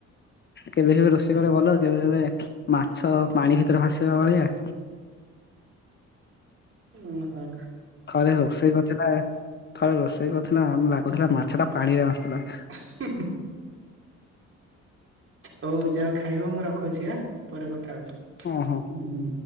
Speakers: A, on the left; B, on the right.
A: କେବେ କେବେ ରୋଷେଇ କରେ ଭଲ କେବେ କେବେ ମାଛ ପାଣି ଭିତରେ ଭାସିବା ଭଳିଆ।
B: ଓ ହୋ।
A: ଥରେ ରୋଷେଇ କରୁଥିଲା ଥରେ ରୋଷେଇ କରୁଥିଲା ଆମ ଲାଗୁଥିଲା ମାଛ ଟା ପାଣିରେ ଭାସଥିଲା।
B: ହଁ ହଉ ଯାଅ ଖାଇବ ମୁଁ ରଖୁଚି ଆ ପରେ କଥା ହଉଚି।
A: ଓ ହୋ।
B: ଉଁ ହୁଁ।